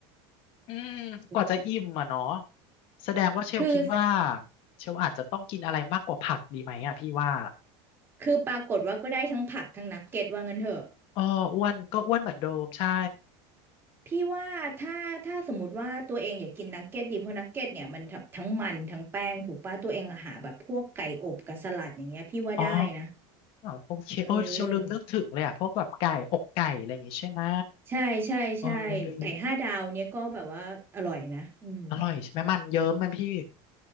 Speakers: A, on the left; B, on the right.
A: อืมกว่าจะอิ่มอ่ะเนาะ
B: <laughs>
A: แสดงว่าเชลคิดว่า
B: คือ
A: เชลอาจจะต้องกินอะไรมากกว่าผักดีไหมอ่ะพี่ว่า
B: คือปรากฏว่าก็ได้ทั้งผักทั้งนักเก็ตว่างั้นเถอะ
A: อ๋ออ้วนก็อ้วนเหมือนเดิมใช่
B: พี่ว่าถ้าถ้าสมมติว่าตัวเองอยากกินนักเก็ตดีเพราะนักเก็ตเนี่ยมันทั้งทั้งมันทั้งแป้งถูกป่ะตัวเองอะหาแบบพวกไก่อบกับสลัดอย่างเงี้ยพี่ว่าได้นะ
A: อ๋อโอเคโอ้ยเชลลืมนึกถึงเลยอ่ะพวกแบบไก่อกไก่อะไรอย่างงี้ใช่ไหม
B: เออใช่ใช่ใช่ไก่ห้าดาวเนี่ยก็แบบว่าอร่อยนะอืม
A: เออลืมอร่อยใช่ไหมมันเยิ้มมันพี่